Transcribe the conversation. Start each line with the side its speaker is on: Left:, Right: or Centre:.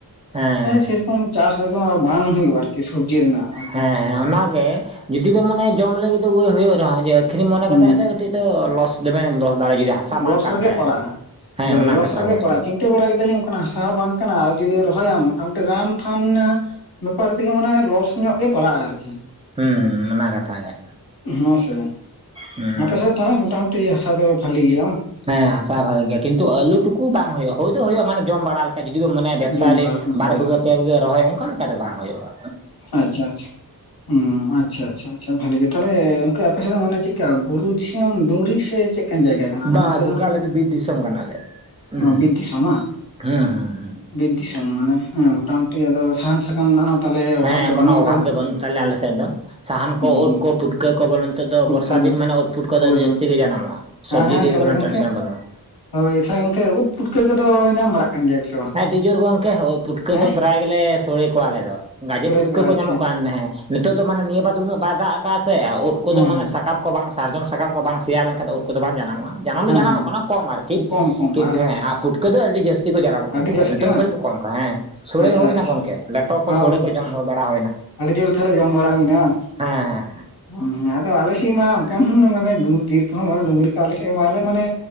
Right: ᱦᱮᱸ᱾
Left: ᱥᱮ ᱨᱚᱠᱚᱢ ᱪᱟᱥ ᱜᱚ ᱵᱟᱝ ᱦᱩᱭᱩᱜ ᱟᱨᱠᱤ ᱥᱚᱵᱽᱡᱤ ᱨᱮᱱᱟᱜ᱾ ᱟᱨᱠᱤ
Right: ᱦᱮᱸ ᱦᱮᱸ ᱚᱱᱟᱜᱮ ᱡᱩᱫᱤ ᱵᱮᱱ ᱢᱚᱱᱮᱭᱟ ᱡᱚᱢ ᱞᱟᱹᱜᱤᱫ ᱫᱚ ᱩᱣᱟᱹᱭ ᱦᱩᱭᱩᱜ ᱨᱮᱦᱚᱸ ᱡᱮ ᱟᱠᱷᱨᱤᱧ
Left: ᱦᱩᱸ
Right: ᱢᱚᱱᱮ ᱠᱟᱛᱮᱫ ᱫᱚ ᱠᱟᱹᱴᱤᱡ ᱫᱚ ᱞᱚᱥ ᱫᱚᱵᱮᱱ ᱞᱚᱥ ᱫᱟᱲᱮᱭᱟᱜ-ᱟ ᱡᱩᱫᱤ ᱦᱟᱥᱟ ᱵᱟᱝ
Left: ᱞᱚᱥ
Right: ᱠᱟᱱ
Left: ᱨᱮᱜᱮ
Right: ᱠᱷᱟᱡ
Left: ᱯᱟᱲᱟᱜᱼᱟ
Right: ᱟᱨᱠᱤ᱾ ᱦᱮᱸ
Left: ᱦᱳᱭ
Right: ᱚᱱᱟ
Left: ᱞᱚᱥ
Right: ᱠᱟᱛᱷᱟ
Left: ᱨᱮᱜᱮ
Right: ᱜᱮ ᱟᱨᱠᱤ
Left: ᱯᱟᱲᱟᱜ-ᱟ ᱪᱤᱱ ᱛᱟᱹ ᱵᱟᱲᱟ ᱠᱮᱫᱟᱞᱤᱧ ᱚᱱᱠᱟᱱᱟᱜ ᱦᱟᱥᱟ ᱦᱚᱸ ᱵᱟᱝ ᱠᱟᱱᱟ ᱟᱨ ᱡᱩᱫᱤ ᱨᱚᱦᱚᱭᱟᱢ ᱢᱚᱴᱟᱢᱩᱴᱤ ᱨᱟᱱ ᱯᱷᱟᱱ ᱵᱮᱯᱟᱨ ᱛᱮᱜᱮ ᱢᱟᱱᱮ ᱞᱚᱥ ᱧᱚᱜ ᱜᱮ ᱯᱟᱲᱦᱟᱜ-ᱟ ᱟᱨᱠᱤ᱾
Right: ᱦᱩᱸ ᱦᱩᱸ ᱚᱱᱟ ᱠᱟᱛᱷᱟ ᱜᱮ᱾
Left: ᱦᱮᱸ ᱥᱮ
Right: ᱦᱩᱸ
Left: ᱟᱯᱮ ᱥᱮᱫ ᱛᱷᱟᱞᱮ ᱢᱚᱴᱟᱢᱩᱴᱤ ᱦᱟᱥᱟ ᱫᱚ ᱵᱷᱟᱞᱤ ᱜᱮᱭᱟ ᱵᱟᱝ?
Right: ᱦᱮᱸ ᱦᱟᱥᱟ ᱵᱷᱟᱜᱤ ᱜᱮᱭᱟ ᱠᱤᱱᱛᱩ ᱟᱞᱩ ᱴᱩᱠᱩ ᱵᱟᱝ ᱦᱩᱭᱩᱜ-ᱟ ᱦᱩᱭ ᱫᱚ ᱦᱩᱭᱩᱜ-ᱟ ᱢᱟᱱᱮ ᱡᱚᱢ ᱵᱟᱲᱟ ᱞᱮ ᱠᱟ ᱡᱩᱫᱤ ᱵᱚᱱ ᱢᱚᱱᱮᱭᱟ ᱵᱮᱵᱽᱥᱟᱭ
Left: ᱡᱚᱢ
Right: ᱟᱹᱞᱤᱧ
Left: ᱵᱟᱲᱟ ᱞᱮᱠᱟᱱ
Right: ᱵᱟᱨ
Left: ᱦᱳᱭ
Right: ᱵᱤᱜᱟᱹ
Left: ᱦᱳᱭ
Right: ᱯᱮ ᱵᱤᱜᱟᱹ ᱨᱚᱦᱚᱭ ᱚᱱᱠᱟ ᱞᱮᱠᱟ ᱫᱚ ᱵᱟᱝ ᱦᱩᱭᱩᱜ-ᱟ᱾
Left: ᱟᱪᱪᱷᱟ ᱟᱪᱪᱷᱟ ᱦᱩᱸ ᱟᱪᱪᱷᱟ ᱟᱪᱪᱷᱟ᱾ ᱟᱪᱪᱷᱟ ᱵᱷᱟᱞᱮ ᱜᱮ ᱛᱷᱟᱞᱮ ᱜᱟᱝᱠᱮ ᱟᱯᱮ ᱥᱮᱫ ᱫᱚ ᱢᱟᱱᱮ ᱪᱮᱫᱠᱟ ᱵᱩᱨᱩ ᱫᱤᱥᱚᱢ ᱰᱩᱝᱨᱤ ᱥᱮ ᱪᱮᱫ ᱠᱟᱱ ᱡᱟᱭᱜᱟ ᱠᱟᱱᱟ
Right: ᱵᱟ
Left: ᱚᱱᱛᱮ
Right: ᱜᱚᱝᱠᱮ
Left: ᱫᱚ,
Right: ᱟᱞᱮ ᱵᱤᱨ ᱫᱤᱥᱚᱢ ᱠᱟᱱᱟᱞᱮ ᱦᱩᱸ
Left: ᱚ ᱵᱤᱨ ᱫᱤᱥᱚᱢ ᱢᱟᱝ?
Right: ᱦᱩᱸ ᱦᱩᱸ ᱦᱩᱸ
Left: ᱵᱤᱨ ᱫᱤᱥᱚᱢ ᱢᱟᱱᱮ ᱦᱮᱸ ᱢᱚᱴᱟᱢᱩᱴᱤ ᱟᱫᱚ ᱥᱟᱦᱟᱱ ᱥᱟᱠᱟᱢ ᱨᱮᱱᱟᱜ ᱦᱚᱸ ᱛᱟᱦᱚᱞᱮ
Right: ᱦᱮᱸ
Left: ᱚᱵᱷᱟᱵᱽ ᱫᱚ
Right: ᱠᱳᱱᱳ
Left: ᱵᱟᱹᱱᱩᱜ
Right: ᱚᱵᱷᱟᱵ
Left: ᱟᱠᱟᱫᱟ
Right: ᱫᱚ ᱵᱟᱹᱱᱩᱜ ᱛᱟᱞᱮᱭᱟ ᱟᱞᱮ ᱥᱮᱫ ᱫᱚ ᱥᱟᱦᱟᱱ
Left: ᱦᱩᱸ
Right: ᱠᱚ
Left: ᱦᱩᱸ
Right: ᱩᱫ ᱠᱚ ᱯᱩᱴ ᱠᱟᱹ ᱠᱚ ᱵᱚᱞᱮ ᱱᱤᱛᱚᱜ ᱫᱚ
Left: ᱯᱩᱴᱠᱟᱹ
Right: ᱵᱚᱨᱥᱟ
Left: ᱫᱚ
Right: ᱫᱤᱱ ᱢᱟᱱᱮ ᱩᱫ ᱯᱩᱴᱠᱟᱹ ᱫᱚ
Left: ᱦᱳᱭ
Right: ᱟᱹᱰᱤ ᱡᱟᱹᱛᱤ
Left: ᱦᱳᱭ
Right: ᱜᱮ ᱡᱟᱱᱟᱢᱚᱜ-ᱟ ᱥᱚᱵᱽᱡᱤ
Left: ᱦᱮᱸ ᱦᱮᱸ
Right: ᱞᱤᱭᱟᱹ
Left: ᱛᱟᱦᱚᱞᱮ
Right: ᱫᱚ ᱠᱳᱱᱳ
Left: ᱜᱚᱝᱠᱮ
Right: ᱴᱮᱱᱥᱚᱱ ᱵᱟᱹᱱᱩᱜ-ᱟ᱾
Left: ᱦᱳᱭ ᱛᱷᱟᱞᱮ ᱜᱚᱝᱠᱮ ᱩᱫ ᱯᱩᱴᱠᱟᱹ ᱠᱚᱫᱚ ᱧᱟᱢ ᱵᱟᱲᱟᱜ ᱠᱟᱱ ᱜᱮᱭᱟ ᱠᱚ ᱥᱮ ᱵᱟᱝ?
Right: ᱟᱹᱰᱤ ᱡᱳᱨ ᱜᱚᱝᱠᱮ ᱩᱫ ᱯᱩᱴ ᱠᱟᱹ
Left: ᱦᱮᱸ
Right: ᱫᱚ ᱯᱨᱟᱭ ᱜᱮᱞᱮ ᱥᱳᱲᱮ ᱠᱚᱣᱟ ᱟᱞᱮ ᱫᱚ᱾ ᱜᱟᱡᱮ
Left: ᱥᱚᱲᱮ
Right: ᱯᱩᱛᱠᱟᱹ ᱠᱚ
Left: ᱟᱪᱪᱷᱟ
Right: ᱧᱟᱢᱚᱜ ᱠᱟᱱ ᱦᱮᱸ ᱱᱤᱛᱚᱜ ᱫᱚ ᱢᱟᱱᱮ ᱱᱤᱭᱟᱹ ᱵᱟᱨ ᱫᱚ ᱩᱱᱟᱹᱜ ᱵᱟᱭ ᱫᱟᱜ ᱠᱟᱜ-ᱟ ᱥᱮ ᱩᱫ ᱠᱚᱫᱚ
Left: ᱦᱮᱸ
Right: ᱢᱟᱱᱮ
Left: ᱦᱮᱸ
Right: ᱥᱟ ᱠᱟᱢ ᱠᱚ ᱵᱟᱝ ᱥᱟᱨᱡᱚᱢ ᱥᱟᱠᱟᱢ ᱠᱚ ᱵᱟᱝ ᱥᱮᱭᱟ ᱞᱮᱱᱠᱷᱟᱡ ᱫᱚ ᱩᱫ ᱠᱚᱫᱚ ᱵᱟᱝ ᱡᱟᱱᱟᱢᱚᱜ-ᱟ᱾ ᱡᱟᱱᱟᱢ
Left: ᱦᱮᱸ
Right: ᱫᱚ ᱡᱟᱱᱟᱢᱚᱜ
Left: ᱦᱮᱸ
Right: ᱠᱟᱱᱟ ᱠᱚᱢ ᱟᱨᱠᱤ
Left: ᱠᱚᱢ ᱠᱚᱢ
Right: ᱠᱤᱱᱛᱩ ᱦᱮᱸ ᱟᱨ ᱯᱩᱴᱠᱟᱹ ᱫᱚ ᱟᱹᱰᱤ ᱡᱟᱹᱥ ᱛᱤ ᱠᱚ ᱡᱟᱱᱟᱢᱚᱚᱜ ᱠᱟᱱ
Left: ᱟᱹᱰᱤ
Right: ᱛᱟᱦᱮᱸᱜ
Left: ᱡᱟᱹᱥᱛᱤ
Right: ᱱᱤᱛᱚᱜ
Left: ᱵᱟᱝ
Right: ᱫᱚ ᱠᱟᱹᱴᱤᱡ ᱠᱚᱢ ᱟᱠᱟᱱᱟ ᱦᱮᱸ ᱥᱳᱲᱮ
Left: ᱟᱪᱪᱷᱟ
Right: ᱦᱩᱭᱱᱟ
Left: ᱟᱪᱪᱷᱟ
Right: ᱜᱚᱝᱠᱮ ᱞᱮᱴᱚ ᱠᱚ
Left: ᱚ
Right: ᱥᱳᱲᱮ
Left: ᱦᱚᱸ
Right: ᱠᱚ ᱡᱚᱢ ᱵᱟᱲᱟ ᱦᱩᱭᱱᱟ
Left: ᱟᱹᱰᱤ ᱡᱳᱨ ᱛᱷᱟᱞᱮ ᱡᱚᱢ ᱵᱟᱲᱟ ᱦᱩᱭᱱᱟ ᱵᱟᱝ?
Right: ᱦᱮᱸ ᱦᱮᱸ
Left: ᱦᱩᱸ ᱟᱫᱚ ᱟᱞᱮ ᱥᱮᱫ ᱢᱟ ᱚᱱᱠᱟᱱ ᱢᱟᱱᱮ ᱰᱩᱝᱨᱤ ᱵᱤᱨ ᱠᱚᱦᱚᱸ ᱢᱟᱱᱮ ᱰᱩᱝᱨᱤ ᱠᱚ ᱟᱞᱮ ᱥᱮᱫ ᱢᱟᱞᱮ ᱢᱟᱱᱮ